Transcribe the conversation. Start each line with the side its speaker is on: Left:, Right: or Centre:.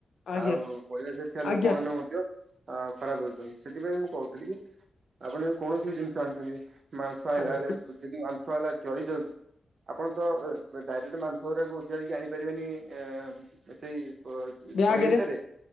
Left: ଆଜ୍ଞା
Right: ଆଉ ପରିବେଶରେ ଥିବା
Left: ଆଜ୍ଞା
Right: ଲୋକମାନେ ମଧ୍ୟ ଅ ଖରାପ ହଉଛନ୍ତି। ସେଥିପାଇଁ ମୁଁ କହୁଥିଲି କି ଆପଣ ଯଦି କୌଣସି ବି ଜିନିଷ ଆଣିଛନ୍ତି, ମାଂସ ଆଇଁଲା
Left: ଆଜ୍ଞା
Right: ବେଳେ ଯଦି ମାଂସ ବାଲା ଜରି ଦଉଚି ଆପଣ ତ ଡାଇରେକ୍ଟ ମାଂସ ଉଜାଡ଼ିକି ଆଣିପାରିବେନି ଏ ସେଇ ପ
Left: ବ୍ୟାଗରେ
Right: ଥଳି ଭିତରେ,